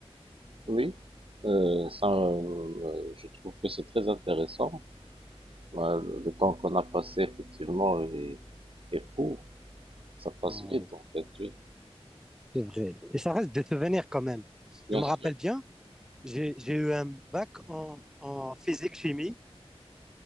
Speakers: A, on the right (about 60°); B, in the centre.
A: oui, euh, ça, euh, je trouve que c'est très intéressant. Euh, le le temps qu'on a passé, effectivement, est, est court. Ça passe
B: Ouais,
A: vite, en fait. Oui,
B: c'est vrai. Et ça reste des souvenirs quand même.
A: bien
B: Je me
A: sûr.
B: rappelle bien, j'ai, j'ai eu un bac en en physique-chimie.